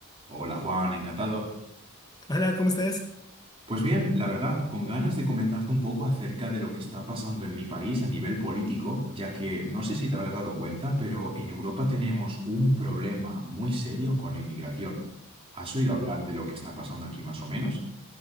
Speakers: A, on the right; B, on the left.
A: Hola Juan, encantado.
B: Hola, ¿cómo estás?
A: Pues bien, la verdad, con ganas de comentarte un poco acerca de lo que está pasando en mi país a nivel político, ya que no sé si te habrás dado cuenta, pero en Europa tenemos un problema muy serio con la inmigración. ¿Has oído hablar de lo que está pasando aquí más o menos?